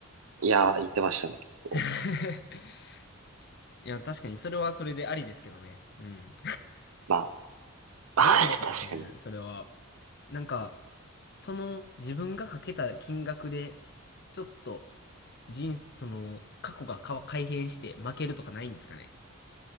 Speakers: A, on the right; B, on the left.
A: いやー、言ってましたね、結構。
B: <laughs> いや、確かにそれはそれでありですけどね。うん。
A: まあ、<laughs>
B: どうなんですかね、
A: はい確かに。い
B: それは。なんか、その自分がかけた金額で、ちょっと人、その、過去がか改変して負けるとかないんですかね。